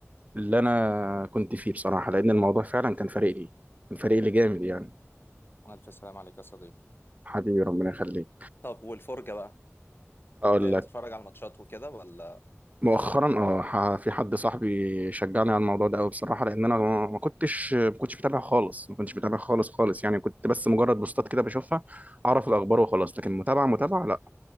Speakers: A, on the right; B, on the left.
A: اللي انا كنت فيه بصراحة لان الموضوع فعلا كان فارق لي كان فارق لي جامد
B: مم.
A: يعني
B: الف سلام عليك يا صديقي
A: حبيبي ربنا يخليك
B: طب والفرجة بقى
A: هقول
B: ت- تتفرج على الماتشات وكده ولا
A: مؤخرا اه ح- في حد صاحبي شجعني على الموضوع ده قوي بصراحه لان انا ما ما كنتش ما كنتش بتابع خالص ما كنتش بتابع خالص خالص يعني كنت بس مجرد بوستات كده بشوفها اعرف الاخبار وخلاص لكن متابعه متابعه لا